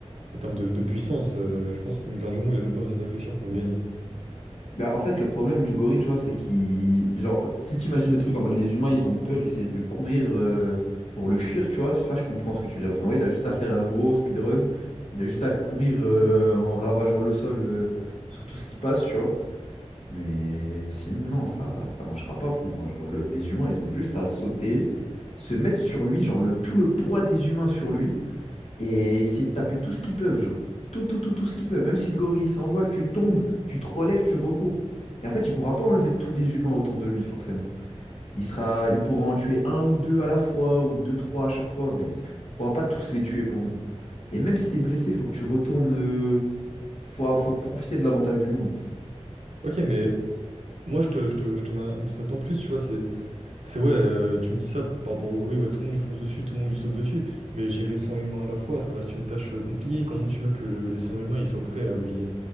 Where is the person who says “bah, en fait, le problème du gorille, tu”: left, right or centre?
Left